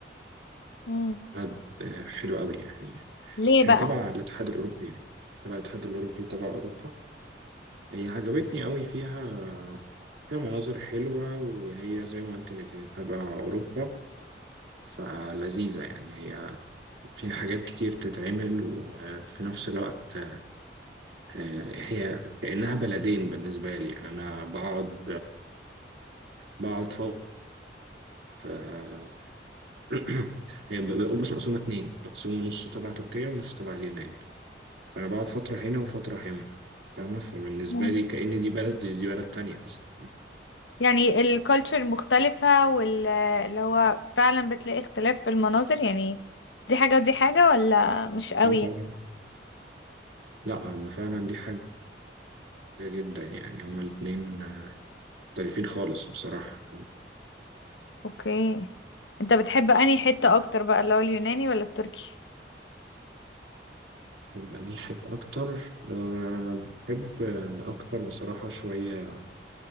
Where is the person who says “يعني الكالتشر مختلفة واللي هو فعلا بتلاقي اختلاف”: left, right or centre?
Left